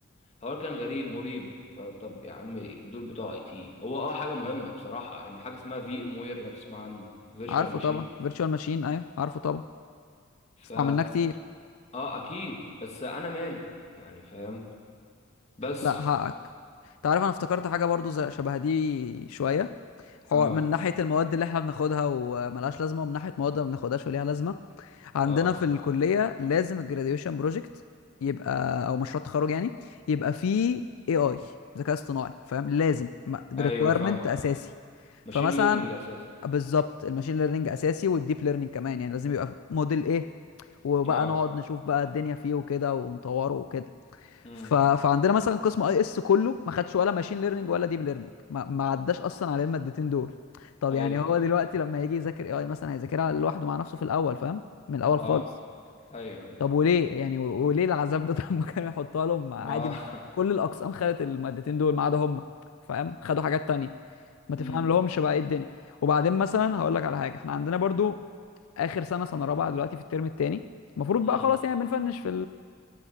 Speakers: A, on the left (about 30°); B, on the left (about 80°).
A: الحوار كان غريب مريب فطب يا عم دول بتوع اي تي هو اه حاجه مهمه بصراحه يعني حاجه اسمها في ام وير لو تسمع عنه فيرتشوال
B: عارفه
A: ماشين
B: طبعا فيرتشوال ماشين ايوه عارفه طبعا
A: فا
B: استعملناه كتير
A: اه اكيد بس انا مالي يعني فاهم بس
B: لا حقك انت عارف انا افتكرت حاجة برضو زي شبه دي شوية حوار
A: اه
B: من ناحية المواد اللي احنا بناخدها وملهاش لازمة ومن ناحية مواد ما بناخدهاش وليها لازمة عندنا
A: اه
B: في الكلية لازم الجراديويشن بروجكت يبقى او مشروع تخرج يعني يبقى فيه اي اي ذكاء اصطناعي فاهم لازم ريكويرمنت
A: ايوه فاهم
B: اساسي
A: ماشين
B: فمثلا
A: ليرنينج اساسا
B: بالظبط الماشين ليرنينج اساسي والديب ليرنينج كمان يعني لازم يبقى موديل ايه وبقى
A: اه
B: نقعد نشوف بقى الدنيا فيه وكده ونطوره وكده
A: امم
B: ف... فعندنا مثلا قسم اي اس كله ما خدش ولا ماشين ليرنينج ولا ديب ليرنينج ما... ما عداش اصلا على المادتين دول طب
A: ايوه
B: يعني هو دلوقتي لما هيجي يذاكر اي اي مثلا هيذاكرها لوحده مع نفسه في الاول فاهم من الاول
A: اه
B: خالص
A: ايوه ايوه
B: طب وليه يعني و- وليه العذاب ده <laughs> طب ما كانوا يحطها لهم عادي
A: ما
B: ما...
A: <laughs>
B: كل الاقسام خدت المادتين دول ما عدا هم فاهم خدوا حاجات تانية ما
A: امم
B: تفهم لهمش بقى ايه الدنيا وبعدين مثلا هقول لك على حاجه احنا عندنا برضو اخر سنه سنه رابعه دلوقتي في الترم الثاني المفروض
A: امم
B: بقى خلاص يعني بنفنش في